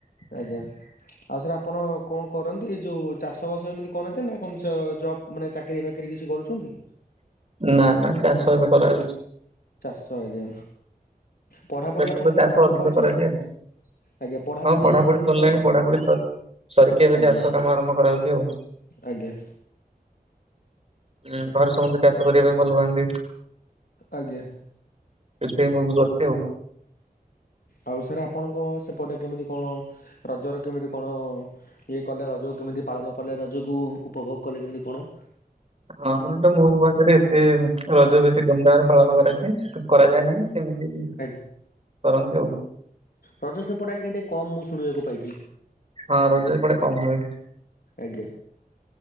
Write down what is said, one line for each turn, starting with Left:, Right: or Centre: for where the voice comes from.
Left: ଆଜ୍ଞା ଆଉ ସାର୍ ଆପଣ କଣ କରନ୍ତି ଏ ଯୋଉ ଚାଷ ବାସ ଏମିତି କରନ୍ତି ନା କଣ ଚ ଜବ୍ ମାନେ ଚାକିରି ଫାକିରି କିଛି କରୁଛନ୍ତି?
Right: ନା ନା ଚାଷ ଏବେ କରାଯାଉଛି।
Left: ଚାଷ ଆଜ୍ଞା। ପଢାପଢି
Right: ଆମର ଏପଟେ
Left: ଆପଣ କେତେ
Right: ଚାଷ
Left: ପର୍ଯ୍ୟନ୍ତ
Right: ଅଧିକ
Left: କରିଛନ୍ତି?
Right: କରାଯାଏ
Left: ଆଜ୍ଞା
Right: ହଁ ପଢାପଢି
Left: ଆପଣ
Right: ସରିଲାଣି
Left: କେତେ ପର୍
Right: ପଢାପଢି ସ ସରିକି ଏବେ
Left: ଆଜ୍ଞା
Right: ଚାଷ କାମ ଆରମ୍ଭ କରାହୋଉଛି ଆଉ।
Left: ଆଜ୍ଞା।
Right: ଉଁ ଘରେ ସମସ୍ତେ ଚାଷ କରିବା ପାଇଁ ଭଲ ପାଆନ୍ତି।
Left: ଆଜ୍ଞା।
Right: ସେ ମୁଁ ବି କରିଛି ଆଉ।
Left: ଆଉ ସାର୍ ଆପଣଙ୍କ ସେପଟେ କେମିତି କଣ ରଜର କେମିତି କଣ ଇଏ କଲେ ରଜକୁ କେମିତି ପାଳନ କଲେ ରଜକୁ ଉପଭୋଗ କଲେ କେମିତି କଣ?
Right: ହଁ ଆମର ତ ମୟୂରଭଞ୍ଜରେ ଏତେ ରଜ ବେଶୀ ଧୁମଧାମ ରେ ପାଳନ କରାଯାଏ କରାଯାଏ ନାହିଁ। ସେମିତି
Left: ଆଜ୍ଞା
Right: କରନ୍ତି ଆଉ।
Left: ରଜ ସେପଟେ ଆଜ୍ଞା ଟିକେ କମ୍ ମୁଁ ଶୁଣିବାକୁ ପାଇଛି।
Right: ହଁ ରଜ ଏପଡେ କମ୍ ହୁଏ।
Left: ଆଜ୍ଞା